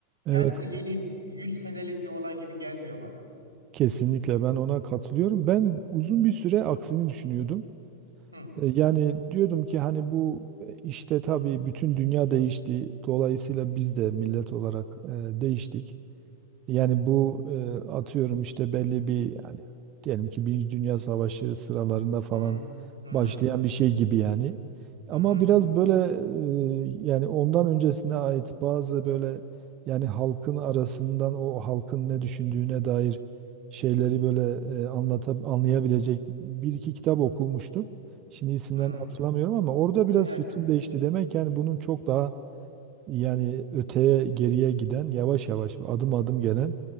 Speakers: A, on the right (about 35°); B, on the right (about 85°).
A: Evet
B: Yani bu yeni 100 senelik bir olay gibi gelmiyor bana.
A: kesinlikle ben ona katılıyorum. Ben uzun bir süre aksini düşünüyordum.
B: Hı
A: E, Yani diyordum ki hani bu e, işte tabii bütün dünya değişti. Dolayısıyla biz de millet olarak e, değiştik. Yani bu e, atıyorum işte belli bir yani diyelim ki Birinci Dünya Savaşı sıralarında falan
B: hı hı hı
A: başlayan bir şey gibi yani. Ama
B: hı hı.
A: biraz böyle e, yani ondan öncesine ait bazı böyle yani halkın arasından o halkın ne düşündüğüne dair şeyleri böyle e, anlata, anlayabilecek bir iki kitap okumuştum. Şimdi isimlerini
B: hı. Hı.
A: hatırlamıyorum ama orada biraz
B: Evet,
A: fikrim
B: evet.
A: değişti. Demek yani bunun çok daha yani öteye geriye giden yavaş yavaş adım adım gelen